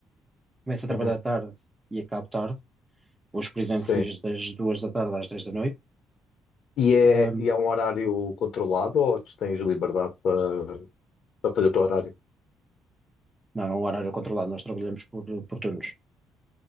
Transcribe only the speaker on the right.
começo a trabalhar
tarde e acabo tarde. Hoje, por exemplo,
fiz das duas da tarde às 10 da noite.
Ahm,
não, é um horário controlado, nós trabalhamos por, por turnos.